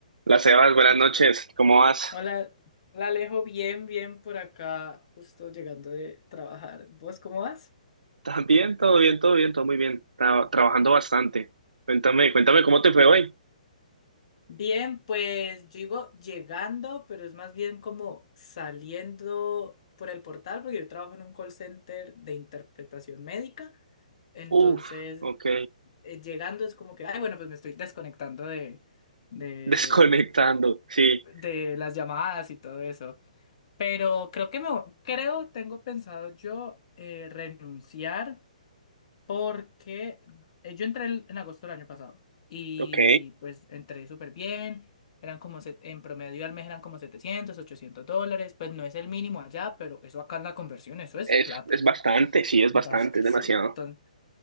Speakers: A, on the right; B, on the left.
A: Hola Sebas, buenas
B: Oh,
A: noches. ¿Cómo vas?
B: hola, hola Alejo, bien, bien por acá, justo llegando de trabajar. ¿Vos cómo vas?
A: ¿Estás bien? Todo bien, todo bien, todo muy bien. Tra- trabajando bastante. Cuéntame, cuéntame cómo te fue hoy.
B: Bien, pues yo digo llegando, pero es más bien como saliendo por el portal, porque yo trabajo en un call center de interpretación médica, entonces
A: Uf, ok.
B: eh, llegando es como que, ay, bueno, pues me estoy desconectando de, de,
A: <laughs> Desconectando,
B: de,
A: sí.
B: de las llamadas y todo eso. Pero creo que me, creo, tengo pensado yo eh, renunciar porque eh, yo entré el- en agosto del año pasado y
A: Ok.
B: pues entré súper bien, eran como se- en promedio al mes eran como 700, 800 dólares, pues no es el mínimo allá, pero eso acá en la conversión, eso es
A: Es,
B: plata,
A: es bastante, sí, es
B: básicamente.
A: bastante, es demasiado.
B: sí. Enton-